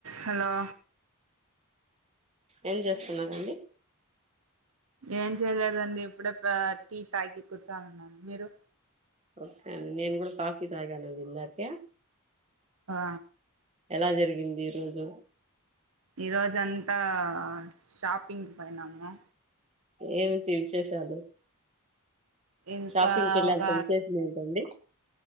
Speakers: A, on the right; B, on the right.
A: Hello
B: ఏం చేస్తున్నారంండి
A: ఏం చేయలేదండి ఇప్పుడే టీ తాగి కూర్చోనిన్నాను మీరు
B: ఓకే అండి నేను కూడా కాఫీ తాగానండి ఇం దాక
A: ఆ
B: ఎలా జరిగింది ఈ రోజు
A: ఈరోజ అంతా షాపింగ్ పోయినాము
B: ఏమి విశేషాలు
A: ఇంకా
B: షాపింగ్ కెళ్ళేంత
A: ఒక
B: విశేషం ఏంటండీ